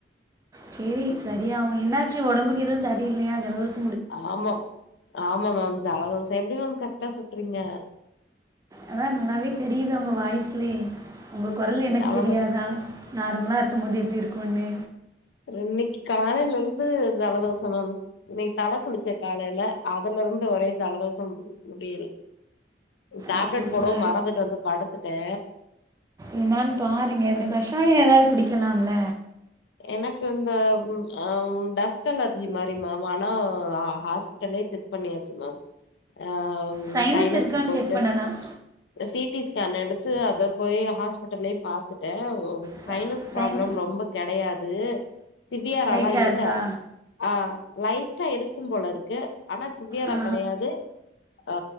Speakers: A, on the right; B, on the left.
A: சேரி சரியாகு என்னாச்சு ஒடம்புக்கு எதுவு சரி இல்லியா ஜலதோஷ
B: ஆமாம் ஆமா மேம் ஜாலதோஷொ எப்டி மேம் கரெக்டா சொல்றீங்க
A: அதா நல்லாவே தெரியுது உங்க வாய்ஸ்லே உங்க குரல் எனக்கு
B: ஜலதோ
A: தெரியாதா நார்மலா இருக்கும்போது எப்டி இருக்குன்னு
B: இன்னிக்கு காலைல இருந்து ஜலதோஷ மேம் இன்னி தல குளிச்ச காலைல அதுல இருந்து ஒரே ஜலதோசம் முடியல டேப்லெட்
A: அச்சோ
B: போடவு மறந்துட்டு வந்து படுத்துட்டே
A: என்னான்னு பாருங்க இந்த கஷாயொ எதாவ்து குடிக்கலாம்ல
B: எனக்கு இந்த ம் அ டஸ்ட் அலர்ஜி மாரி மேம் ஆனா ஹா ஹாஸ்பிட்டல்லே செக் பண்ணியாச்சு மேம் ஆம்
A: சைனஸ்
B: சைனஸ்கு
A: இருக்கான்னு
B: பொய்ட்டூ
A: செக் பண்ணலாம்
B: த சீ டி ஸ்கேன் எடுத்து அத போய் ஹாஸ்பிட்டல்லயு பாத்துட்டே
A: ச
B: சைனஸ் ப்ராப்ளம்
A: சைன்
B: ரொம்ப கெடையாதூ சிவியரால்லா
A: லைட்டாக
B: இல்ல
A: இருக்கா
B: ஆ லைட்டா இருக்கும்போலருக்கு ஆனா சிவியரா
A: ஆ
B: கெடையாது ஆ